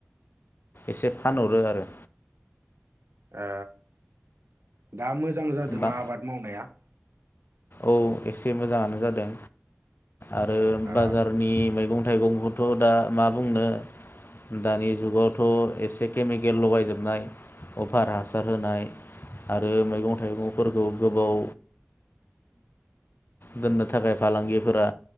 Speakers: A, on the left (about 55°); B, on the right (about 70°).
A: एसे फानहरो आरो।
B: आ दा मोजां जादोंबा
A: बा
B: आबाद मावनाया?
A: औ एसे मोजाङानो जादों। आरो
B: ओ
A: बाजारनि मैगं मैगं थाइगंखौथ' दा मा बुंनो दानि जुगावथ' एसे केमिकेल लगायजोबनाय अफार हासार होनाय आरो मैगं थाइगंफोरखौ गोबाव दोननो थाखाय फालांगिफोरा